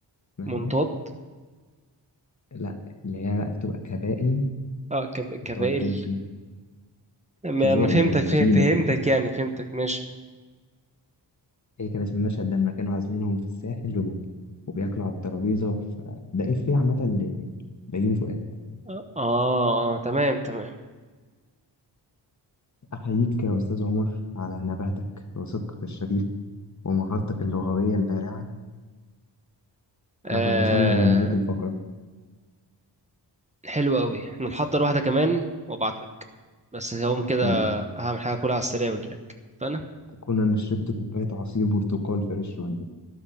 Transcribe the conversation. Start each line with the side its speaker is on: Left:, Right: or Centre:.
Left: اسمها
Right: منطاد
Left: ايه لا اللي هي بقى بتبقى كبائن
Right: اه كب... كبائل
Left: بتقعد تمشي
Right: ما
Left: كبائن
Right: انا فهمتك
Left: كبينة
Right: فه... فهمتك يعني فهمتك ماشي
Left: هي كان اسم المشهد ده لما كانوا عازمينهم في الساحل و... وبياكلوا على الترابيزة ف... ده إفيه عامة ل- بيومي فؤاد
Right: اه اه تمام تمام
Left: أحييك يا أستاذ عمر على نباهتك وصدقك الشريف ومهارتك اللغوية البارعة
Right: آه
Left: لقد وصلنا إلى نهاية الفقرة
Right: حلو قوي نحضر واحده كمان وابعت لك بس هقوم كده
Left: حلو
Right: هعمل حاجه كلها على السريع واجيلك فانا
Left: أكون أنا شربت كوباية عصير برتقال فريش ولا